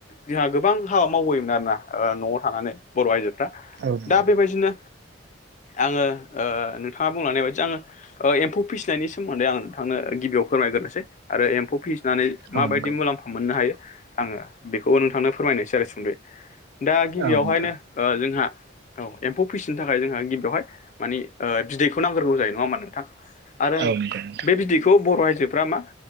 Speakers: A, on the left; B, on the right.
A: जोंहा गोबां हाबा मावबोयोमोन आरोना न'आव थानानै बर' आइजोफ्रा
B: औ नंगौ
A: दा बेबायदिनो आङो ओ नोंथाङा बुंलांनाय बायदि आङो ओ एम्फौ फिसिनायनि सोमोन्दै आङो नोंथांनो गिबियाव फोरमायग्रोसै आरो एम्फौ फि नानै
B: औ
A: माबायदि
B: नंगौ
A: मुलाम्फा मोननो हायो आङो बेखौबो नोंथांनो फोरमायनोसै आरो सुंदयै दा गिबियावहायनो
B: औ नोंथां
A: ओ जोंहा औ एम्फौ फिसिनो थाखाय जोंहा गिबियावहाय माने ओ बिदैखौ नांग्रोगौ जायो नङा होमबा नोंथां आरो
B: औ नंगौ नोंथां
A: बे बिदैखौ बर' आइजोफ्रा मा